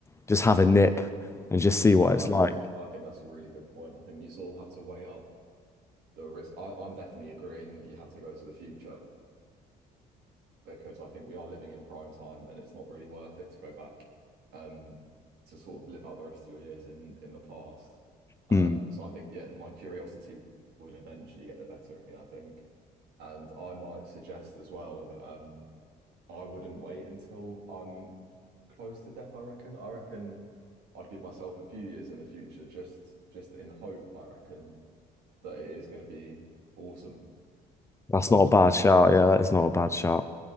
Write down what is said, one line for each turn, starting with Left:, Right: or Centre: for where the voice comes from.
Left: just have a nip and just see what
Right: I
Left: it's
Right: think
Left: like.
Right: I think that's a really good point. I think you sort of have to weigh up the risk. I, I'm definitely agreeing that you have to go to the future because I think we are living in prime time and it's not really worth it to go back um, to sort of live out the rest of your years in in the past. Um,
Left: Hmm.
Right: so I think yeah, my curiosity would eventually get the better of me, I think. And I might suggest as well that um, I wouldn't wait until I'm close to death, I reckon. I reckon I'd give myself a few years in the future just just in hope, I reckon, that it is going to be awesome.
Left: That's not a bad
Right: Mm,
Left: shout. Yeah, it's not a bad
Right: mm,
Left: shout.